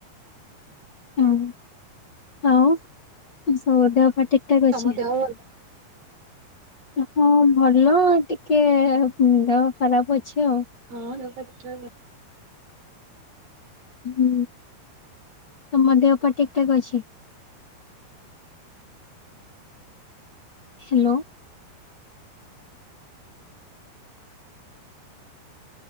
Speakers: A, on the left (about 25°); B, on the right (about 60°).
A: ହଁ ଆଉ ସବୁ ଦେହ ପା ଠିକ ଠାକ୍
B: ତମ
A: ଅଛି
B: ଦେହ ଭଲ?
A: ହଁ ଭଲ ଟିକେ ଦେହ ଖରାପ ଅଛି ଆଉ।
B: ହଁ ଦେହ ପା ଠିକ୍ ଠାକ୍।
A: ହୁଁ ତମ ଦେହ ପାହା ଠିକ୍ ଠାକ୍ ଅଛି? ହ୍ୟାଲୋ।